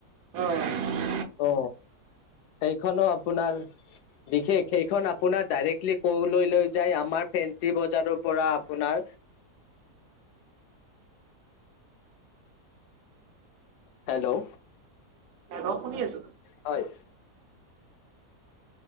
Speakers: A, on the right; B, on the left.
A: অ'-
B: অ' সেইখনো আপোনাৰ বিশেষ সেইখন আপোনাৰ ডাইৰেক্টলি - কলৈ লৈ যায় আমাৰ ফেঞ্চি বজাৰৰ পৰা আপোনাৰ- হেল্ল'
A: হেল্লো শুনি আছোঁ।
B: হয়-